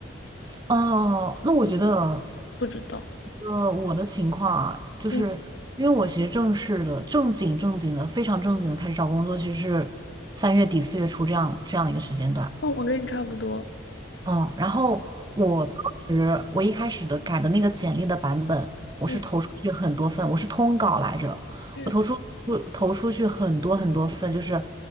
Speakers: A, on the right (about 20°); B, on the left (about 70°).
A: 哦、那我觉得，
B: 不知道。
A: 呃，我的情况啊，就是因为我其实正式的、
B: 嗯，
A: 正经正经的、非常正经的开始找工作，其实是三月底四月初这样这样的一个时间段。
B: 哦，我跟你差不多。
A: 嗯，然后我当时我一开始的改的那个简历的版本，我是投出去很多份，
B: 嗯
A: 我是通稿来着，
B: 嗯
A: 我投出出投出去很多很多份，就是